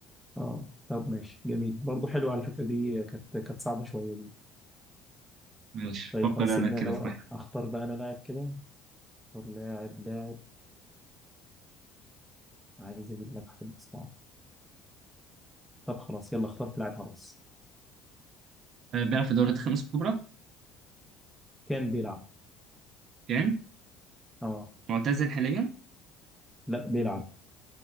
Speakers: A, in the centre; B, on the right.
A: اه طب ماشي جميل برضه حلو على فكره دي كانت كانت صعبه شويه دي
B: ماشي
A: طيب
B: فكر
A: خلاص سيبني
B: انا كده
A: انا
B: في
A: بقى
B: واحد
A: اختار بقى انا لاعب كده اختار لاعب لاعب عايز اجيب لك حد صعب طب خلاص يلا اخترت لاعب خلاص
B: آه، بيلعب في دوريات الخمس الكبرى
A: كان بيلعب
B: يعني
A: اه
B: معتزل حاليا
A: لا بيلعب